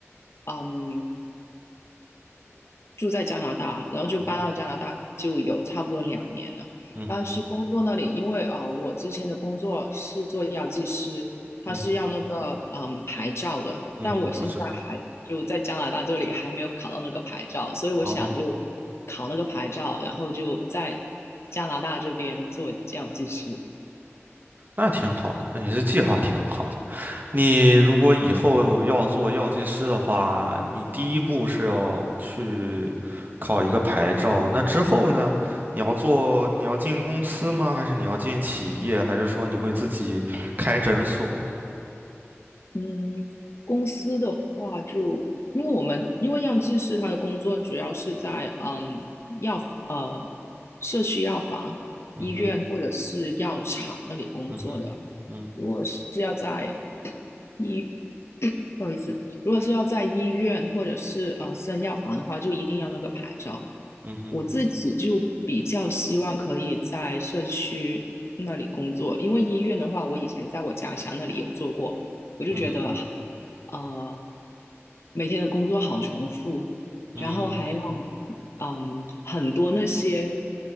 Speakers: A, on the left (about 60°); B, on the right (about 40°).
A: 嗯住在加拿大，然后就搬到加拿大就有差不多两年了。
B: 嗯哼，嗯哼，
A: 但是工作那里，因为啊呃，我之前的工作是做药剂师，他是要那个嗯牌照的，
B: 嗯哼，嗯哼，
A: 但我现在还就在加拿大这里还没有考到那个牌照，
B: 我知道。
A: 所以我想就
B: 然后
A: 考那个牌照，然后就在加拿大这边做药剂师。
B: 那挺好的，你这计划挺好的。你如果以后要做药剂师的话，你第一步是要去考一个牌照。那之后呢？你要做，你要进公司吗？还是你要进企业？还是说你会自己开诊所？
A: 嗯，公司的话就，因为我们因为药剂师他的工作主要是在嗯药呃社区药房、
B: 嗯哼，
A: 医院或者是药厂那里工作的。
B: 嗯哼，嗯哼，
A: 如果是要在医，不好意思，如果是要在医院或者是呃私人药房的话，就一定要那个牌照。
B: 嗯哼，
A: 我自己就比较希望可以在社区那里工作，因为医院的话，我以前在我家乡那里有做过。我就觉得，
B: 嗯哼，
A: 呃，每天的工作好重复，
B: 嗯
A: 然后还要，嗯，很多那些，